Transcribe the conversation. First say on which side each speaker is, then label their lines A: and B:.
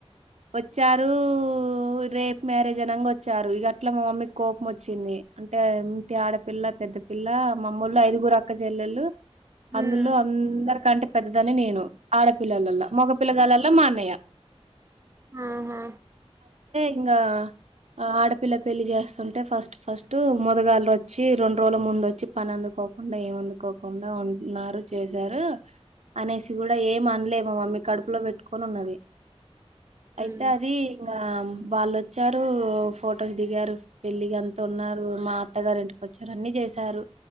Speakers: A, on the right; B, on the right.
A: వచ్చారు రేప్ మ్యారేజ్ అనంగా వచ్చారు ఇ గట్లా మా మమ్మీకి కోపం వచ్చింది అంటే ఆడపిల్ల పెద్ద పిల్ల మామ్మో ల్లు ఐదుగురు అక్క చెల్లెలు
B: హ్మ్.
A: అందులో అందరు కంటే పెద్దదాన్నె నేను ఆడ పిల్లలల్ల మగ పిల్లగాలల్ల మా అన్నయ్య
B: ఆహ
A: ఇంకా ఆడపిల్ల పెళ్లి చేస్తుంటే ఫస్ట్ ఫస్ట్ మోదుగాళ్లు వచ్చి రెండు రోజుల ముందు వచ్చి పని అందుకోకుండా ఏమందుకో కుండా ఉంటున్నారు చేశారు అనేసి కూడా ఏం అనలే మ మమ్మీ కడుపులో పెట్టుకొని ఉన్నది
B: హ్మ్.
A: అయిత అది ఇంకా వాళ్ళొచ్చారు ఫొటోస్ దిగారు పెళ్లి గంత ఉన్నా రు మా అత్తగారు ఇంటికి వచ్చారు అన్ని చేసారు